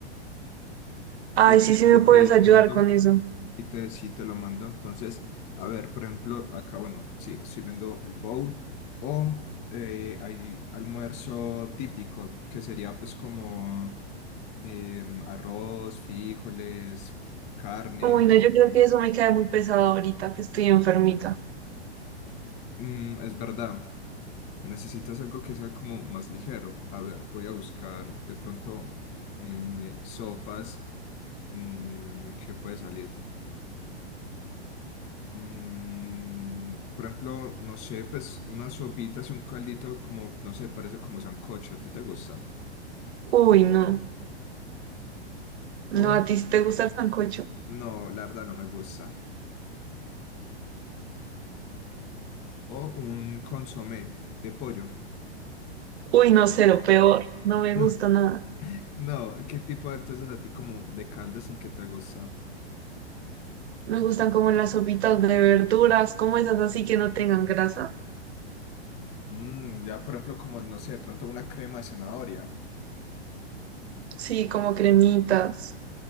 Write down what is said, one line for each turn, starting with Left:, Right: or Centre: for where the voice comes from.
Right: Ay,
Left: Y te,
Right: sí, sí me
Left: y
Right: puedes
Left: te
Right: ayudar
Left: lo mando
Right: con eso.
Left: Y te, sí te lo mando. Entonces, a ver, por ejemplo, acá, bueno, sí, estoy viendo el bowl o eh, hay almuerzo típico, que sería pues como em, arroz, frijoles, carne.
Right: Uy, no, yo creo que eso me cae muy pesado ahorita que estoy enfermita.
Left: Mm, es verdad, necesitas algo que sea como más ligero. A ver, voy a buscar de pronto eh, sopas. mm, ¿qué puede salir? Mm, por ejemplo, no sé, pues unas sopitas y un caldito como, no sé, parece como sancocho, ¿a ti te gusta?
Right: Uy, no. No,
Left: O,
Right: ¿a ti sí te gusta el sancocho?
Left: no, la verdad no me gusta. O un consomé de pollo.
Right: Uy, no, cero, peor. No
Left: <laughs>
Right: me gusta nada.
Left: No, ¿qué tipo entonces a ti como de caldo es el que te gusta?
Right: Me gustan como las sopitas de verduras, como esas así que no tengan grasa.
Left: Mm, ya, por ejemplo, como, no sé, de pronto una crema de zanahoria.
Right: Sí, como cremitas.